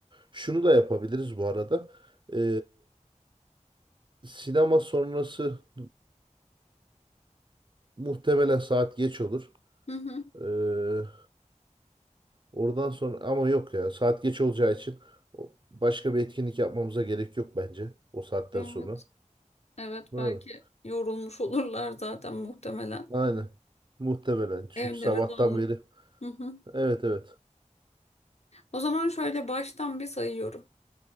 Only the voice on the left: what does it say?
Hı hı.
Evet.
Evet
belki yorulmuş olurlar zaten muhtemelen.
Evlere
dağılır.
Hı hı.
O zaman şöyle baştan bir sayıyorum.